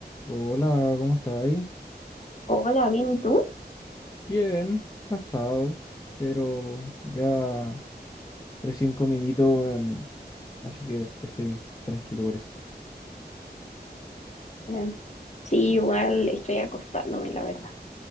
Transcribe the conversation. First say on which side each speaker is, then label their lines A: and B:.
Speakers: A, on the left; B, on the left.
A: Hola, ¿cómo estáis?
B: Hola, bien, ¿y tú?
A: Bien, cansado, pero ya recién comidito, weón, así que estoy tranquilo por eso.
B: Ah, Sí, igual estoy acostándome, la verdad.